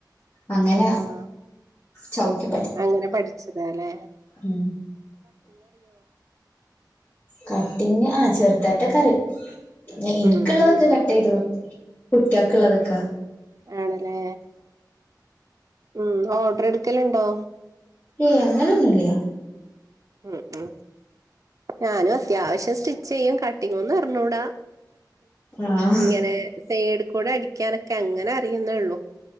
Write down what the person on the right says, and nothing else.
ആഹ് ആഹ്
അങ്ങനെ പഠിച്ചതാല്ലെ?
ഉം
ഏണ്ല്ലേ ഉം ഓർഡർ എടുക്കലുണ്ടോ?
ഉം ഉം ഞാനും അത്യാവശ്യം സ്റ്റിച്ച് ചെയ്യും കട്ടിങ്ങുംന്ന് അറിഞ്ഞൂടാ.
ഇങ്ങനെ സൈഡ് കൂടെ അടിക്കാനൊക്കെ അങ്ങനെ അറിയുന്നേള്ളൂ